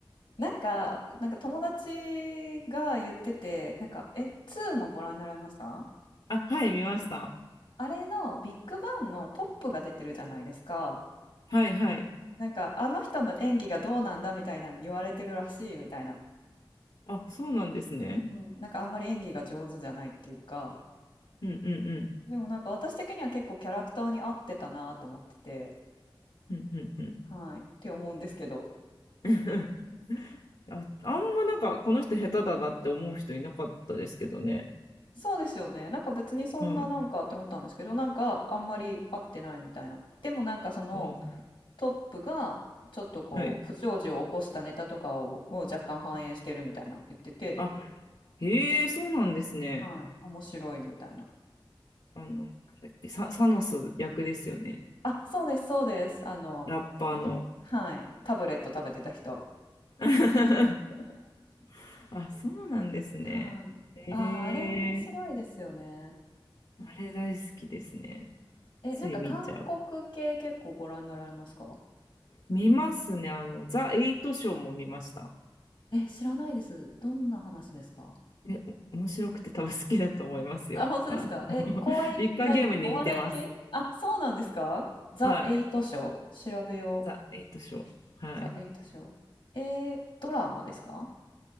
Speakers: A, on the left (about 85°); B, on the left (about 65°).
A: なんか、なんか友達が言ってて、なんか、え、2もご覧になられました
B: あ、はい、見ました。
A: あれのビッグバンのトップが出てるじゃないですか。
B: はい、はい。
A: なんか、あの人の演技がどうなんだみたいなの言われてるらしいみたいな。
B: あ、そうなんですね。
A: うん、なんかあんまり演技が上手じゃないっていうか。
B: うん、うん、うん。
A: でもなんか私的には結構キャラクターに合ってたなと思ってて。
B: うん、うん、
A: はい。って思うんですけど。
B: うん。あ、あんまなんか、この人下手だなって思う人いなかったですけどね。
A: そうですよね。なんか別にそんななんかって思ったんですけど、
B: はい。
A: なんかあんまり合ってないみたいな。でもなんかその
B: あ、
A: トップがちょっとこう不祥事を起こしたネタとかを、
B: はい。
A: を若干反映してるみたいな言ってて、
B: あ、へえ、そうなんですね。
A: はい。面白いみたいな。
B: あの、なんだっけ、サ、サノス役ですよね。
A: あ、そうです、そうです。あの、
B: ラッパーの。
A: はい。タブレット食べてた人。
B: <laughs> あ、そうなんですね。
A: はい。
B: へ
A: ああ、あれ面白いですよね。
B: え、あれ大好きですね。
A: え、
B: つい見ちゃう。
A: なんか韓国系結構ご覧になられますか
B: 見ますね。あの、ザ・エイトショーも見ました。
A: え、知らないです。どんな話ですか
B: え、お面白くて多分好きだと思いますよ。
A: あ、本当ですかえ、
B: あの、<laughs>
A: 怖い、
B: 一家ゲームに似てます。
A: 何お笑い系あ、そうなんですかザ・
B: はい。
A: エイトショー調べよう。
B: ザ・エイトショー。はい。
A: ザ・エイトショー。えー、ドラマですか